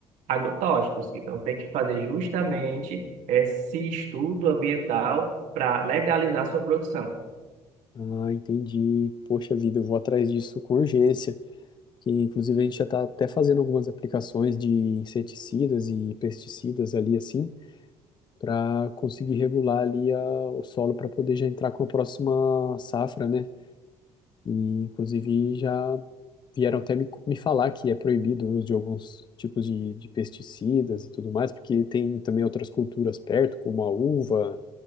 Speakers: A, on the right (about 75°); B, on the left (about 35°).
A: agrotóxicos. Então, tem que fazer justamente esse estudo ambiental para legalizar sua produção.
B: Ah, entendi. Poxa vida, eu vou atrás disso com urgência. Que inclusive a gente já está até fazendo algumas aplicações de inseticidas e pesticidas ali assim. para conseguir regular ali a, o solo para poder já entrar com a próxima safra, né? E inclusive já vieram até me, me falar que é proibido o uso de alguns tipos de, de pesticidas e tudo mais, porque tem também outras culturas perto, como a uva